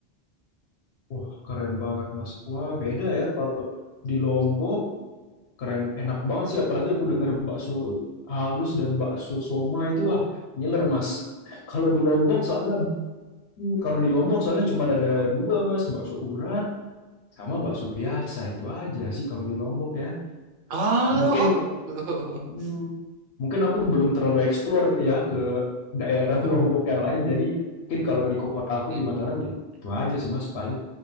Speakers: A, on the left; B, on the right.
A: Wah keren banget mas. Wah beda ya kalau di Lombok keren enak banget sih apalagi aku denger bakso halus dan bakso soma itu wah ngiler mas. Kalau di Lombok soalnya Hmm, Kalau di Lombok soalnya
B: <laughs>
A: cuma ada dua mas, bakso urat sama bakso biasa itu aja sih kalau di Lombok ya.
B: Oh,
A: Ke- Mungkin aku
B: oh.
A: hmm,
B: <laughs>
A: mungkin aku belum terlalu explore ya ke daerah <laughs> Lombok yang lain. Jadi mungkin kalau di kota aku
B: Hmm,
A: di Mataram ya itu aja
B: hmm,
A: sih mas paling